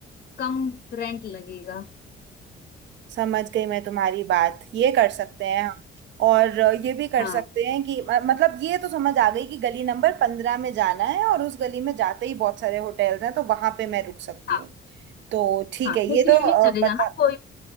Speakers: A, on the left; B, on the right.
A: कम रेंट लगेगा
B: समझ गई मैं तुम्हारी बात ये कर सकते हैं हम और ये भी कर
A: हाँ
B: सकते हैं कि म- मतलब ये तो समझ आ गई कि गली नंबर पंद्रह में जाना है और उस गली में जाते ही बहुत सारे होटल्स हैं तो वहां पे मैं रुक सकती
A: हाँ
B: हूँ तो ठीक
A: हाँ
B: है
A: इसलिए
B: ये तो अ,
A: भी चले
B: पता
A: जाना कोई